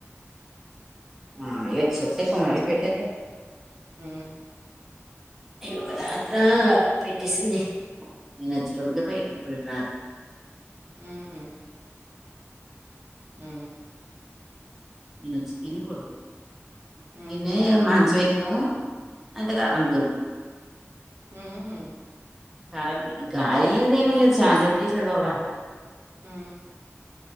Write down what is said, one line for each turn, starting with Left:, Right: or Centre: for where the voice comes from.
Centre: ఆ ఇయ సత్యకుమారి పేటద్దే
Right: ఉ
Centre: అయ్య ఒక రాత్రా పెట్టేసింది నేనుచ్చోలోపలికే పైకిలి పోయి రా
Right: ఉహు ఉ
Centre: నుచ్చి తిని పడుకును
Right: హుహు.
Centre: తిన మంచం ఎక్కవు అంత కారదో
Right: ఉహు
Centre: కరెంట్ గాలి లేదు ఏమి లేదు ఛానసేపు తీసాడు వా
Right: ఆ